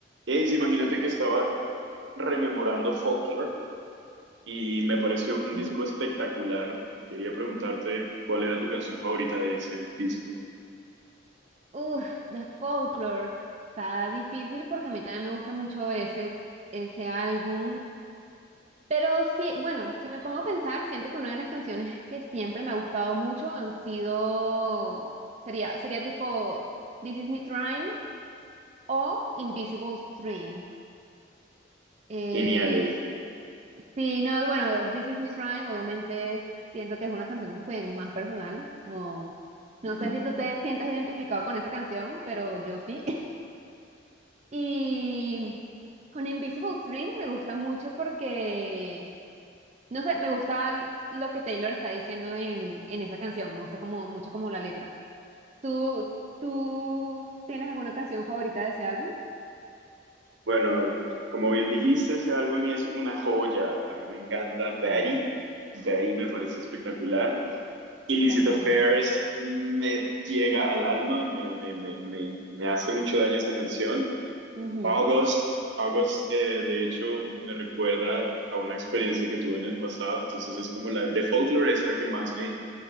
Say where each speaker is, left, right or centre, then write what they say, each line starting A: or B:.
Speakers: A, on the right; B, on the right.
A: Ace, imagínate que estaba rememorando Folklore y me pareció
B: Ujú.
A: un disco espectacular. Quería preguntarte cuál era tu canción favorita de ese disco.
B: Uf, de Folklore. Está difícil porque a mí también me gusta mucho ese, ese álbum. Pero sí, bueno, si me pongo a pensar, siento que una de las canciones que siempre me ha gustado mucho han sido, sería, sería tipo This Is Me Trying o Invisible String. Eh,
A: Geniales.
B: sí, no, bueno, This Is Me Trying, obviamente siento que es una canción como que más personal, como, no
A: Ujú.
B: sé si tú te sientas identificado con esa canción, pero yo sí. <laughs> Y con Invisible String me gusta mucho porque, no sé, me gusta l- lo que Taylor está diciendo en, en esa canción, me gusta como, mucho como la letra. ¿Tú, tú tienes alguna canción favorita de ese álbum?
A: Bueno, como bien dijiste, ese álbum es una joya. A mí me encanta
B: Ujú,
A: Betty. Betty me parece espectacular. Illicit
B: Dale, es muy
A: Affairs
B: buena.
A: me llega al alma, me, me, me, me, me hace mucho daño esa canción.
B: Ujú,
A: August, August, eh, de hecho, me recuerda a una experiencia que tuve en el pasado, entonces es como la de Folklore es la que más me,